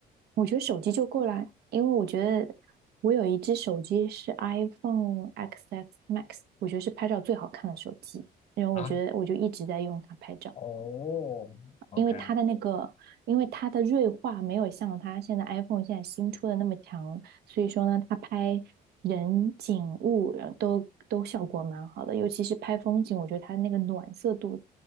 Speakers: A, on the right; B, on the left.
A: 我觉得手机就够了，因为我觉得我有一只手机是 iPhone XS Max，我觉得是拍照最好看的手机，然后我觉得我就一直在用它拍照。
B: 啊？哦，OK，
A: 因为它的那个，因为它的锐化没有像它现在 iPhone 现在新出的那么强，所以说呢，它拍人景物然后都都效果蛮好的，尤其是拍风景，我觉得它那个暖色度，